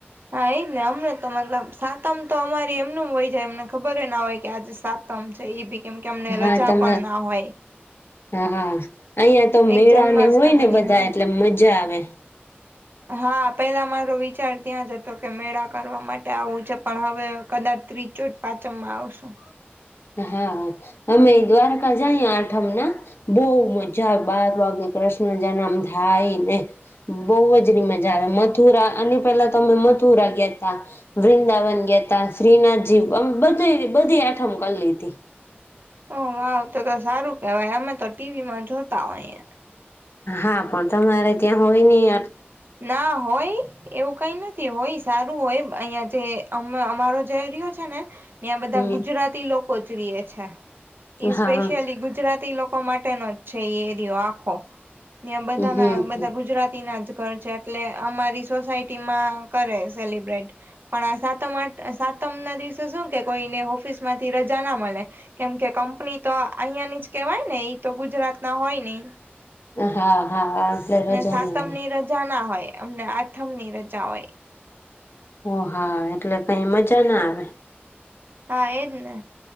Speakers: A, on the right; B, on the left.
A: હા એઈને અમને તો મતલબ સાતમ તો અમારી એમનું હોય જાય એમને ખબર ના હોય કે આજે સાતમ છે એ બી કેમ કેમ ને
B: હા
A: રજા
B: તમા
A: પણ ના હોય
B: હા હા અઇયા તો
A: એક
B: મેળા
A: જન્માષ્ટમીની
B: ને હોય ને બધા
A: હોય
B: એટલે મજા આવે
A: હા પેલા મારો વિચાર ત્યાં જ હતો કે મેળા કરવા માટે આવું છે પણ હવે કદાચ બિજોજ પાચમમાં આવશું
B: હા અમે દ્વારકા જાય આઠમ ના બહુ મજા બાર વાગે કૃષ્ણ જન્મ થાયને બહુજ મજા આવે મથુરા અને પેલા તમે મથુરા ગ્યાતા વૃંદાવન ગ્યાતા શ્રીનાથજીમે બધી બધી આઠમ કલ લેઘી
A: હ વાવ તો તો સારું કેવાય અમે તો ટીવી માં જોતા હોય
B: હા પણ તમારે ત્યાં હોય નહી
A: ના હોય એવું કઈ નથી હોય સારું હોય અહિયાં જે અ અમારો ઐરીયો છે ને ત્યા બધા
B: હમ
A: ગુજરાતી લોકો જ રિએ છે
B: હા
A: સ્પેશિયલી ગુજરાતી લોક માટેનો જ છે એ એરિયો આખો ત્યા બધાના
B: હમ
A: બધા ગુજરાતીના જ ઘર છે એટલે અમારી સોસાયટીમાં કરે સેલિબ્રેટ પણ સાતમ આ આઠમ તમના દિવસે શું કે કોઈને ઓફિસ માંથી રજા ના મળે કેમ કે કંપની તો અહિયાં ની જ કેવાય ને ઈ તો ગુજરાત ના હોય ની
B: હા હા રજા રજાની
A: સાતમ ની રજા ના હોય અમને આઠમ ની રજા હોય
B: ઓ હા એટલે કઈ મજા ના આવે
A: હા એજને